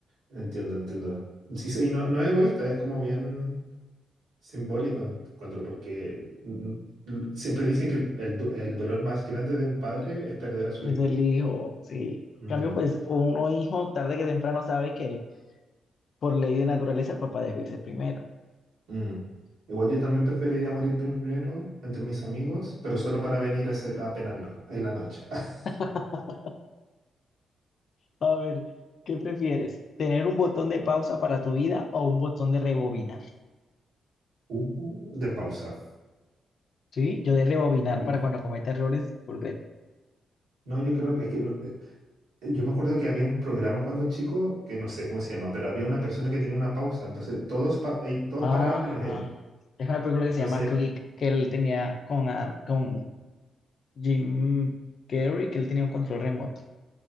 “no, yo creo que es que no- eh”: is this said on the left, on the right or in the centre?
Right